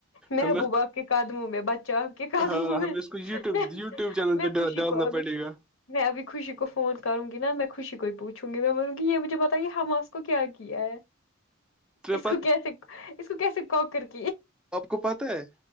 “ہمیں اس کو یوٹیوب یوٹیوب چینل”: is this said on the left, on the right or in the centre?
Centre